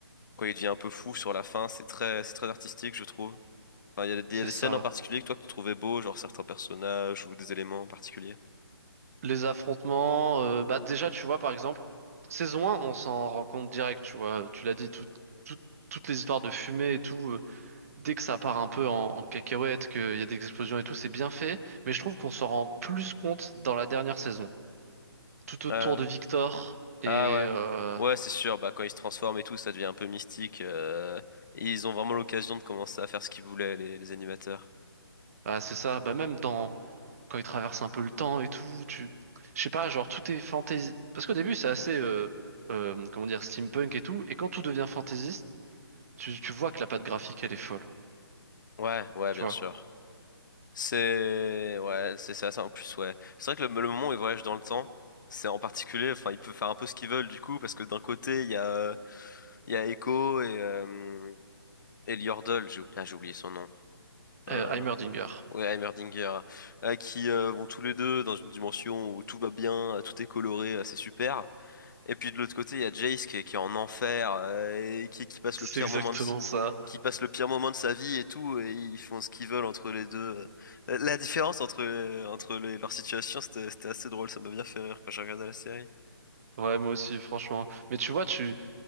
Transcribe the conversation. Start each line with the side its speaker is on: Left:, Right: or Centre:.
Left: quand il devient un peu fou sur la fin, c'est très, c'est très artistique, je trouve. Enfin, il y a, des
Right: c'est
Left: il y a des
Right: ça.
Left: scènes en particulier que toi, que tu trouvais beau, genre certains personnages ou des éléments particuliers
Right: Les affrontements, euh, bah déjà tu vois par exemple saison 1, on s'en rend compte direct, tu vois. Tu l'as dit, tout- tout- toutes les histoires de fumée et tout. dès que ça part un peu en, en cacahuète, qu'il y a des explosions et tout, c'est bien fait, mais je trouve qu'on s'en rend plus compte dans la dernière saison. Tout autour
Left: euh,
Right: de Victor, et
Left: ah ouais.
Right: euh,
Left: Ouais, c'est sûr, bah quand ils se transforment et tout, ça devient un peu mystique. euh, et ils ont vraiment l'occasion de commencer à faire ce qu'ils voulaient, les, les animateurs.
Right: bah, c'est ça, bah, même dans quand il traverse un peu le temps et tout, tu... je sais pas, genre tout est fantasy. Parce qu'au début, c'est assez, euh, euh, comment dire, steampunk et tout, et quand tout devient fantaisiste, tu, tu vois que la patte graphique, elle est folle,
Left: Ouais, ouais,
Right: tu
Left: bien
Right: vois.
Left: sûr. C'est ouais, c'est ça, ça en plus, ouais. C'est vrai que le, le moment où ils voyagent dans le temps, c'est en particulier, enfin, ils peuvent faire un peu ce qu'ils veulent du coup, parce que d'un côté, il y a euh, il y a Echo et euh, et Yordle, j'ai oublié, ah, j'ai oublié son nom. Euh,
Right: Euh, Heimerdinger.
Left: Ouais, Heimerdinger, euh, qui euh, vont tous les deux dans une dimension où tout va bien, euh, tout est coloré, euh, c'est super. Et puis de l'autre côté, il y a Jace qui est, qui est en enfer, euh, et qui, qui passe
Right: C'est
Left: le pire
Right: exactement
Left: moment de, s-
Right: ça.
Left: qui passe le pire moment de sa vie et tout, et ils font ce qu'ils veulent entre les deux. La, la différence entre, euh, entre les- leurs situations, c'était, c'était assez drôle, ça m'a bien fait rire quand j'ai regardé la série.
Right: Ouais, moi aussi, franchement. Mais tu vois, tu,